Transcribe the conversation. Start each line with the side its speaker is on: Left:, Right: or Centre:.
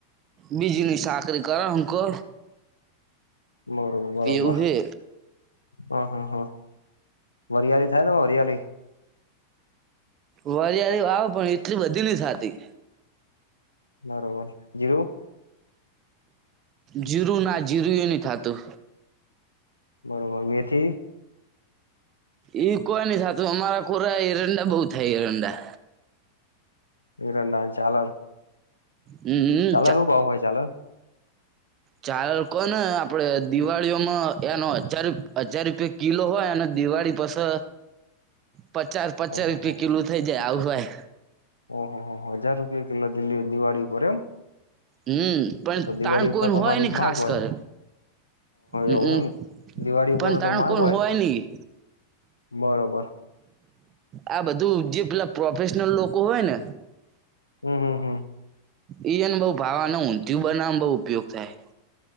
Right: બીજીની સાકરી કરે હું કહ
Left: બરોબર બરોબર.
Right: એવું હે
Left: હ હા હા વરિયાળી થાય ને વરિયાળી.
Right: વરિયાળ વા પણ એટલી બધી ની સાતી.
Left: બરોબર જીરું?
Right: જીરું ના જીરું એ નહી થાતું.
Left: બરોબર મેથી?
Right: ઈ કોઈ નઈ થતું અમારા ખોરા હિરંડા બઉ થાય હિરંડા.
Left: ઈરંડા ચાલણ.
Right: હમ
Left: ચાલે એ કાવું હોઈ ચાલે.
Right: ચાલ કો ને આપડે દિવાળીઓમાં એનો હજાર હજાર રૂપિયા કિલ્લો હોય અને દિવાળી પાસે પચાસ પચાસ
Left: ઓહો
Right: રૂપિયા કિલો થઇ જાય આવું હોય.
Left: ઓહ હો હો હો હજાર રૂપિયા કિલો દિલ્લી દિવાળી ઉપર એમ?
Right: હમ્મ પણ
Left: તો
Right: ટાઈમ
Left: દિવાળી
Right: કોઈ
Left: ઉપર તમારી
Right: હોય નહી ખાસ
Left: માગ હોય
Right: કર. હમ્મ
Left: એવું
Right: અમ્મ
Left: એમ દિવાળી
Right: પણ
Left: ઉપર તો
Right: ટાઈમ
Left: તો માગ
Right: કોન હોય નહીં.
Left: બરોબર.
Right: આ બધું જે પેલા પ્રોફેશનલ લોકો હોય ને
Left: હમ્મ હમ્મ
Right: એઈને બઉ ભાવવા <unintelligible> બઉુ ઉપયોગ થાય